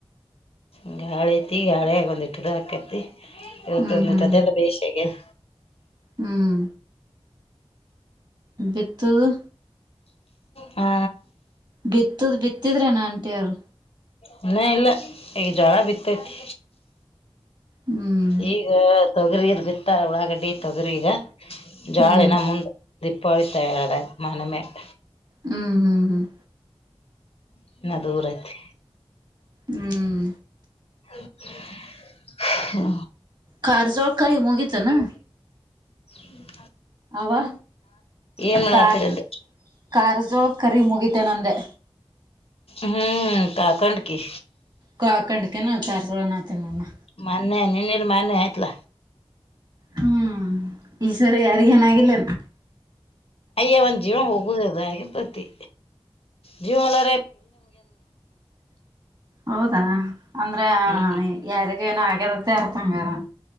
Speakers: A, on the left; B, on the right.
A: ಹ್ಮ್ ಗಾಳಿ ಐತಿ ಗಾಳ್ಯಗ ಒಂದ ಇಟ್ಟು ಇದು ಅಕೈತಿ ಇವತ್ತ
B: ಹ್ಮ್
A: ಒಂದದೀಟ್ಟ
B: ಹ್ಮ್
A: ಅದೆಲ್ಲ ಬೇಷ ಆಗ್ಯದ.
B: ಹ್ಮ್ ಬಿತ್ತುದು.
A: ಹಾ
B: ಬಿತ್ತುದು ಬಿತ್ತಿದ್ರೇನಾ ಆಂಟಿಯರ್.
A: ಹಿನಾ ಇಲ್ಲ ಈಗ ಜ್ವಾಳ ಬಿತೈತಿ.
B: ಹ್ಮ್
A: ಈಗ ತೊಗರಿದ್ ಬಿತ್ತ ಊಳಾಗಡ್ಡಿ ತೊಗರಿ ಈಗ ಜ್ವಾಳ
B: ಹ್ಮ್
A: ಹಿನಾ ಮುಂದ. ದೀಪಾವಳಿ ತಯಳದಾಗ್ ಮಾನಮ್ಯಾಗ್.
B: ಹ್ಮ್ ಹ್ಮ್ ಹ್ಮ್
A: ಹಿನಾ ದೂರ್ ಐತಿ.
B: ಹ್ಮ್
A: <unintelligible> ಹಾ
B: ಕಾರಜೋಳಕೈ ಮುಗಿತೆನ.
A: ಹ್ಮ
B: ಅವಾ
A: ಏನ್ ಮಾಡತ್ತೀರಿ
B: ಕಾರ್
A: ಅಂದೆ
B: ಕಾರಜೋಳಕರಿ ಮುಗಿತ್. ತೆ ನಂದೇ.
A: ಹ್ಮ್ ಕಾಕಂಡ್ಕಿ
B: ಕ ಕಂಡಕನುಚಾರಳ ನಾ ತಿನ್ನ
A: ಮಾನ್ಯಯ ನೀ ನಿರ್ ಮಾನ್ಯ ಆಯತ್ಲ
B: ಹ್ಮ್ ಈಶ್ವರ ಯಾರ ಏನ ಆಗಿಲ್ಲ
A: ಅಯ್ಯ ಒಂದ್ ಜೀವನನ್ ಹೋಗುದ ಅದು ಪ್ರತಿ ಜೀವ ಎಲ್ಲ
B: ಹೌದಾ ಅಂದ್ರ
A: ಹ್ಮ್
B: ಯಾರ ನ ಆಗದ್ದ ಇರತಂಗಾರ